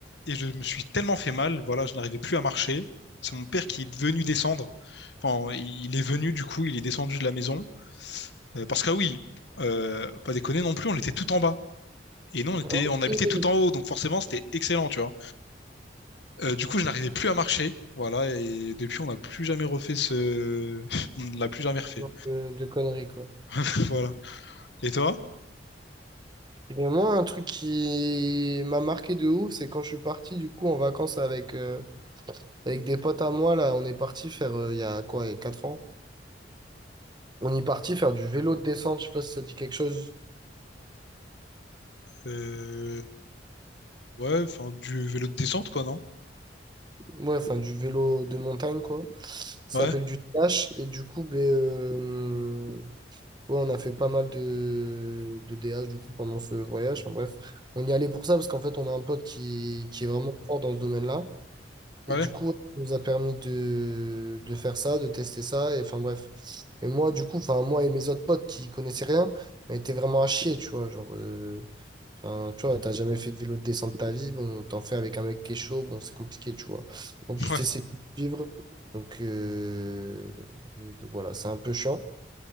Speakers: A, on the left; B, on the right.
A: et je me suis tellement fait mal. Voilà, je n'arrivais plus à marcher. C'est mon père qui est venu descendre. Enfin, il est venu, du coup, il est descendu de la maison. Euh, parce que, ah oui, euh, pas déconner non plus, on était tout en bas. Et nous, on était,
B: Ah, Ok,
A: on habitait
B: ce
A: tout en haut, donc forcément, c'était excellent, tu vois. Euh, du coup, je n'arrivais plus à marcher. Voilà, et depuis, on n'a plus jamais refait ce. <laughs> On ne l'a plus jamais refait.
B: genre de, de conneries, quoi.
A: <laughs> Voilà. Et toi?
B: Et ben moi, un truc qui m'a marqué de ouf, c'est quand je suis parti, du coup, en vacances avec, euh, avec des potes à moi, là, on est parti faire, euh, il y a quoi, il y a 4 ans, on est parti faire du vélo de descente, je sais pas si ça dit quelque chose.
A: Euh, Ouais, enfin, du vélo de descente, quoi, non?
B: Ouais, enfin du vélo de montagne, quoi. Ça
A: Ouais,
B: s'appelle du DH. Et du coup, ben, euh, ouais, on a fait pas mal de, de DH du coup, pendant ce voyage. Enfin, bref, on y allait pour ça parce qu'en fait, on a un pote qui, qui est vraiment fort dans ce domaine-là. Et
A: ouais,
B: du coup, ça nous a permis de, de faire ça, de tester ça. Et enfin bref. Et moi, du coup, enfin, moi et mes autres potes qui connaissaient rien, on était vraiment à chier, tu vois. Genre, euh, Enfin, tu vois, t'as jamais fait de vélo de descente de ta vie, bon, t'en fais avec un mec qui est chaud, bon, c'est compliqué, tu vois. En
A: <laughs>
B: plus,
A: ouais.
B: t'essaies de suivre, donc, euh, donc voilà, c'est un peu chiant.